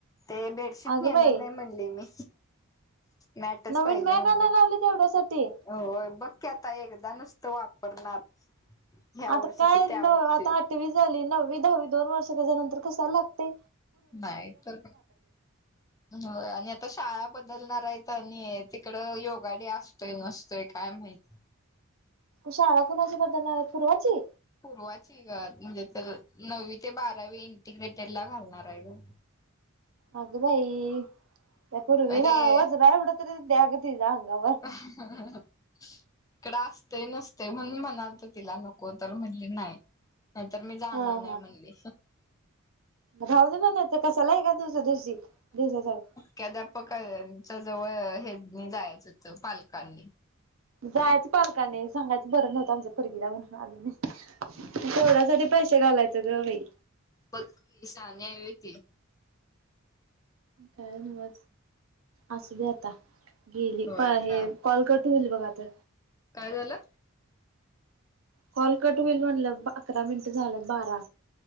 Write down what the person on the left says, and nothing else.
ते बेडशीट
नेणार
नाही म्हणली मी मॅटच
पाहिजे
म्हणली
होय बघ क आता एकदा नुसतं वापरणार ह्या
वर्षी
ते त्या
वर्षी
नाही तर का हो आणि आता शाळा बदलणार आहे तर नाही तिकड योगाडे असतोय नसतोय काय माहिती
पूर्वाची ग म्हणजे तर नववी ते बारावी इंटिग्रेटेड ला घालणार आहे ग
अरे
<unintelligible> इकड आसते नसते म्हणून म्हणालत तिला नको तर म्हणले नाही. नाही तर मी जाणार
नाही म्हणली.
ख्याध्यापकांच्या जवळ हे न जायच होतं पालकांनी.
बस की सानिया ये ती.
होय
काय
काय झालं?